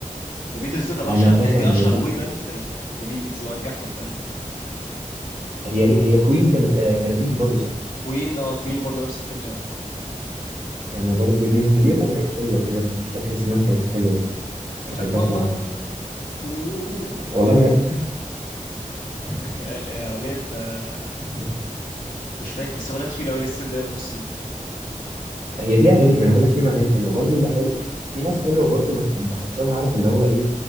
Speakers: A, on the left; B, on the right.
A: ذا بيتلز دول كان اشهر
B: انا قسما
A: يعني دي اشهر
B: بالله
A: بوي باند في التاريخ ذا بيتلز وانجحهم تقريبا
B: هي هي كوينز كانوا آه، كانوا تيم برضه صح
A: كوين اه كوين برضو نفس الفكره اه
B: كانوا برضه ليهم ليهم اغنيه حلوه كده بس مش فاكر اسمها كانت حلوه برضه
A: يعني
B: بحب
A: بتاعت ماما
B: اسمعها
A: اوه
B: والله ما
A: <laughs> يعني اغنيه آه،
B: <laughs>
A: مش فاكر بس اغنيه طويله قوي لسه دقيقه ونص دي
B: هي فيها اغاني ما انا بقول لك في اغاني حلوه برضو اللي حلو في ناس حلوه برضو بس بحسهم عارف اللي هو ايه